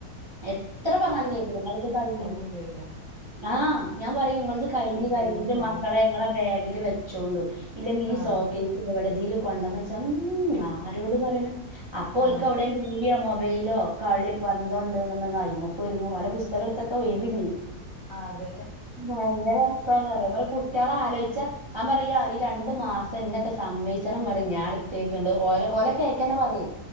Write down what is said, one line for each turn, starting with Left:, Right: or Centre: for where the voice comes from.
Right: എത്ര പറഞ്ഞാലും കേക്കൂല ഇങ്ങ് ഇത് കഴിഞ്ഞ്
Left: ഉല്ലല്ലോ
Right: ആഹ് ഞാൻ പറയും ഇങ്ങൾത് കഴിഞ്ഞ് കഴിഞ്ഞിട്ട്
Left: കളി കളി
Right: മക്കളെ ഇങ്ങളെ ബാഗിൽ വെച്ചോണ്ടു ഇല്ലെങ്കി ഈ
Left: ആഹ്
Right: സോകേസിന്റെ ബടെ ഇതില് കൊണ്ടന്നെച്ചാ ഉം ആരോട് പറയ്ണ് അപ്പോ ഓൽക്ക
Left: ആഹ്
Right: അവ്ടെ ടിവിയോ മൊബൈലോ കളി പന്തോ ണ്ട് ന്നുണ്ടെങ്കിൽ അയിമക്ക് ഒരുങ്ങു ഓലെ പുസ്തകം എടുത്തെക്കാൻ ഒഴിവില്ലേ
Left: അതെ
Right: ഭയങ്കര രസാണ് പറയ ഇവലെ കുട്ട്യാളെ ആലോചിച്ച ഞാൻ പറയാ ഈ രണ്ട് മാസം ഇന്നെകെ സമ്മയിച്ചണം പറയും ഞാൻ ഇട്തൈകണ്ട് ഓലെ ഓലെ കേക്കന്നെ പറയേ